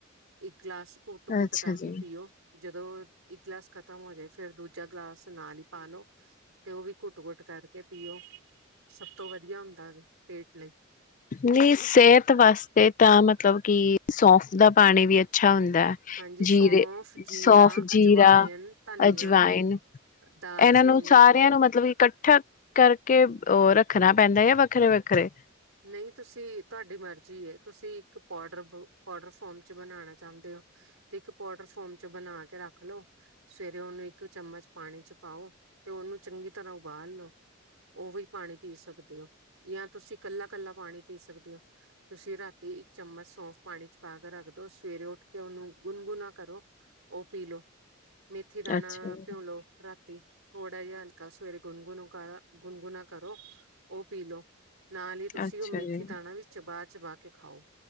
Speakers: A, on the right (about 75°); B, on the left (about 40°).
A: ਇੱਕ ਗਲਾਸ ਘੁੱਟ ਘੁੱਟ
B: ਅੱਛਾ
A: ਕਰਕੇ
B: ਜੀ।
A: ਪੀਓ ਜਦੋਂ ਇੱਕ ਗਲਾਸ ਖਤਮ ਹੋ ਜਾਏ ਦੂਜਾ ਗਲਾਸ ਨਾਲ ਹੀ ਪਾਾਲੋ ਤੇ ਉਹ ਵੀ ਘੁੱਟ ਕੁੁੱਟ ਕਰਕੇ ਪੀਓ ਸਭ ਤੋਂ ਵਧੀਆ ਹੁੰਦਾ ਵ ਪੇਟ ਲਈ
B: ਨਹੀਂ ਸਿਹਤ ਵਾਸਤੇ ਤਾਂ ਮਤਲਬ ਕਿ ਸੌਫ ਦਾ ਪਾਣੀ ਵੀ ਅੱਛਾ ਹੁੰਦਾ
A: ਹਾਂਜੀ ਸੌਂਫ,
B: ਜੀਰੇ
A: ਜੀਰਾ,
B: ਸੌਫ ਜੀਰਾ
A: ਅਜਵਾਇਨ, ਧਨੀਆ,
B: ਅਜਵਾਇਨ ਇਹਨਾਂ
A: ਦਾਲਚੀਨੀ
B: ਨੂੰ ਸਾਰਿਆਂ ਨੂੰ ਮਤਲਬ ਇਕੱਠਾ ਕਰਕੇ ਉਹ ਰੱਖਣਾ ਪੈਂਦਾ ਹੈ ਵੱਖਰੇ ਵੱਖਰੇ
A: ਨਹੀਂ ਤੁਸੀਂ ਤੁਹਾਡੀ ਮਰਜ਼ੀ ਹੈ ਤੁਸੀਂ ਇੱਕ ਪਾੋਡਰ ਪਾੋਡਰ ਫੋਮ ਚ ਬਣਾਉਣਾ ਚਾਹੁੰਦੇ ਹੋ ਤੇ ਇੱਕ ਪਾਡਰ ਫੋਮ ਚ ਬਣਾ ਕੇ ਰੱਖ ਲਓ ਸਵੇਰੇ ਉਹਨੂੰ ਇੱਕ ਚਮਚ ਪਾਣੀ ਚ ਪਾਓ ਤੇ ਉਹਨੂੰ ਚੰਗੀ ਤਰ੍ਹਾਂ ਉਬਾਲ ਲਓ ਉਹ ਵੀ ਪਾਣੀ ਪੀ ਸਕਦੇ ਹੋ ਜਾਂ ਤੁਸੀਂ ਕੱਲਾ ਕੱਲਾ ਪਾਣੀ ਪੀ ਸਕਦੇ ਹੋ ਤੁਸੀਂ ਰਾਤੀ ਇੱਕ ਚਮਚ ਸੌਂਫ ਪਾਣੀ ਚ ਪਾ ਕੇ ਰੱਖਦੋ ਸਵੇਰੇ ਉੱਠ ਕੇ ਉਹਨੂੰ ਗੁਨਗੁਣਾ ਕਰੋ ਉਹ ਪੀ ਲੋ ਮੇਥੀ ਦਾਣਾ
B: ਅੱਛਾ ਜੀ,
A: ਭਿਉਲੋ ਰਾਤੀ ਥੋੜਾ ਜਿਹਾ ਹਲਕਾ ਸਵੇਰੇ ਗੁਨਗੁਨ ਕਰ ਗੁਨਗੁਣਾ ਕਰੋ ਔ ਪੀਲੋ ਨਾਲ ਹੀ ਤੁਸੀਂ
B: ਅੱਛਾ
A: ਉਹ ਮੇਥੀ
B: ਜੀ,
A: ਦਾਣਾ ਵੀ ਚਬਾ ਚਬਾ ਕੇ ਖਾਓ